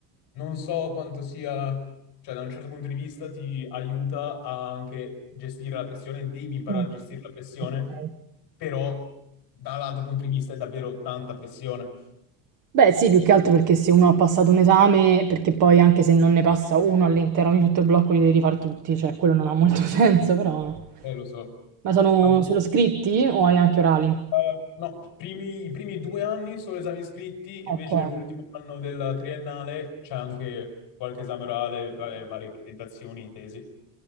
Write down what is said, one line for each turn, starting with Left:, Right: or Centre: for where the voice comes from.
Left: non so quanto sia, cioè da un certo punto di vista ti aiuta a anche gestire la pressione, devi imparare
Right: Mm.
Left: a gestire la pressione,
Right: Ok.
Left: però dall'altro punto di vista è davvero tanta pressione,
Right: Beh, sì, più che altro perché se uno ha passato un esame, perché poi anche se non ne passa uno all'interno di tutto il blocco li devi rifare tutti, cioè quello non ha molto <laughs> senso, però...
Left: eh, lo so.
Right: Ma sono
Left: Ma
Right: solo scritti o hai anche orali?
Left: eh, no, primi- i primi due anni solo esami scritti,
Right: Ok.
Left: invece l'ultimo anno della triennale c'è anche qualche esame orale, vabbè, le varie presentazioni e tesi.